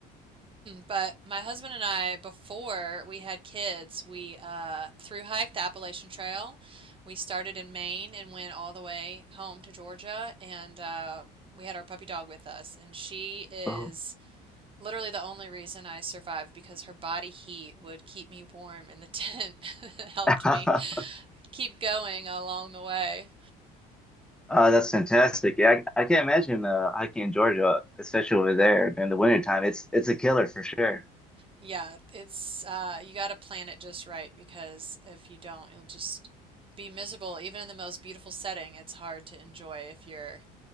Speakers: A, on the right; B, in the centre.
A: But my husband and I, before we had kids, we uh, thru hiked the Appalachian Trail. We started in Maine and went all the way home to Georgia, and uh, we had our puppy dog with us. And she is
B: Oh.
A: literally the only reason I survived because her body heat would keep me warm in the tent. <laughs> It helped
B: <laughs>
A: me keep going along the way.
B: Uh, that's fantastic. Yeah, I, I can't imagine uh, hiking in Georgia, especially over there during the wintertime. It's it's a killer for sure.
A: Yeah, it's uh you got to plan it just right because if you don't, you'll just be miserable. Even in the most beautiful setting, it's hard to enjoy if you're,